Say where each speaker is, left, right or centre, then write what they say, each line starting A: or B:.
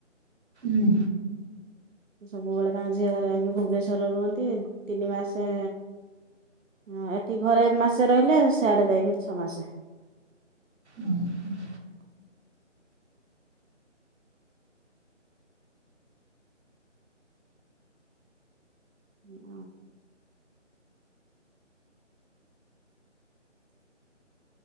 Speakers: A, on the right (about 60°); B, on the right (about 80°).
A: ହୁଁ।
B: ସବୁବେଳେ ତାଙ୍କ ଝିଅ ଘରେ ଯାଇକି, ଭୁବନେଶ୍ୱର ରୁହନ୍ତି ତିନି ମାସେ। ହ ଏଠି ଘରେ ମାସେ ରହିଲେ, ସେଆଡେ ଯାଇକି ଛଅ ମାସେ।
A: ହୁଁ ହ <inaudible>
B: ଏୟା ଆଉ।